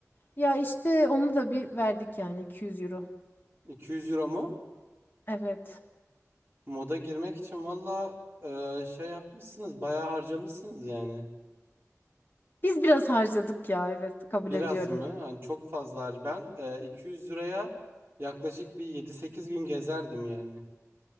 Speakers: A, on the left (about 40°); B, on the right (about 45°).
A: Ya işte onu da bir verdik yani 200 euro.
B: 200 euro mu?
A: Evet.
B: Moda girmek için valla e, şey yapmışsınız bayağı harcamışsınız yani.
A: Biz biraz harcadık ya evet kabul
B: Biraz
A: ediyorum.
B: mı? Hani çok fazla har- ben e, 200 liraya yaklaşık bir yedi sekiz gün gezerdim yani.